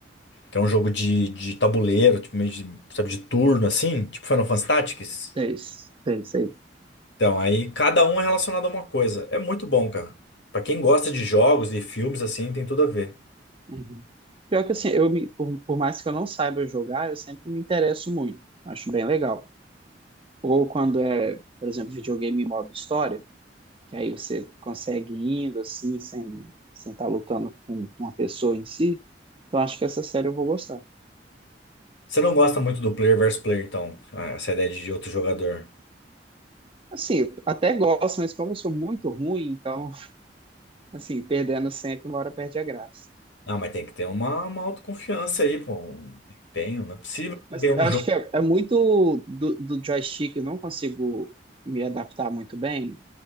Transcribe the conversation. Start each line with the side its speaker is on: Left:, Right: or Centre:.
Left: Que é um jogo de, de tabuleiro, tipo, meio de, sabe, de turno, assim. Tipo Final Fantasy Tactics.
Right: Seis, seis, seis.
Left: Então, aí cada um é relacionado a uma coisa. É muito bom, cara. Pra quem gosta de jogos e filmes, assim, tem tudo a ver.
Right: Uhum. Pior que assim, eu me, por, por mais que eu não saiba jogar, eu sempre me interesso muito. Acho bem legal. Ou quando é, por exemplo, videogame em modo história, que aí você consegue ir indo assim, sem sem estar lutando com, com uma pessoa em si. Então acho que essa série eu vou gostar.
Left: Você não gosta muito do player versus player, então. ah, Essa ideia de outro jogador.
Right: Assim, eu até gosto, mas como eu sou muito ruim, então Assim, perdendo sempre, uma hora perde a graça.
Left: Ah, mas tem que ter uma, uma autoconfiança aí, pô. Um empenho. Não é possível que
Right: Mas
Left: não ter um
Right: eu acho
Left: jogo.
Right: que é, é muito do, do joystick, eu não consigo me adaptar muito bem.